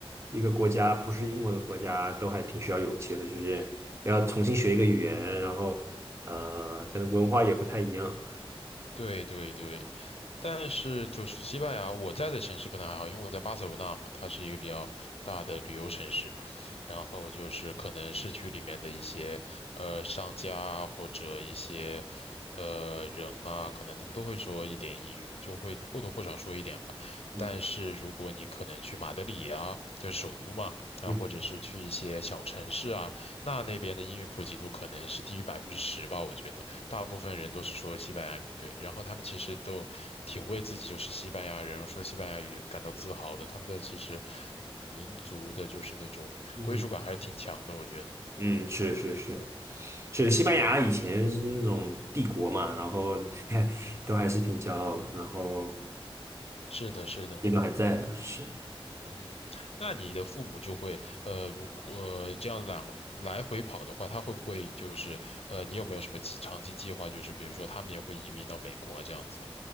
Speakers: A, on the right; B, on the left.
A: 一个国家不是英文的国家，都还挺需要勇气的，就是要重新学一个语言，然后呃，可能文化也不太一样。
B: 对对对。但是就是西班牙，我在的城市可能还好，因为我在巴塞罗那嘛，它是一个比较大的旅游城市。然后就是可能市区里面的一些呃商家啊或者一些呃人啊，可能他们都会说一点英语，就会或多或少说一点吧。
A: 嗯
B: 但是如果你可能去马德里啊，就是首都嘛，然后或者是去一些小城市啊，
A: 嗯
B: 那那边的英语普及度可能是低于百分之十吧，我觉得。大部分人都是说西班牙语，对，然后他们其实都挺为自己就是西班牙人说西班牙语感到自豪的，他们的其实，嗯，民族的就是那种归属感还是挺强的，
A: 嗯，
B: 我觉得。
A: 嗯是是是，是西班牙以前是那种帝国嘛，然后 <laughs> 都还是挺骄傲的，然后
B: 是的，是的，
A: 也都还在的，是。
B: 嗯，那你的父母就会，呃，如果、呃、这样来来回跑的话，他会不会就是，呃，你有没有什么计长期计划，就是比如说他们也会移民到美国这样子？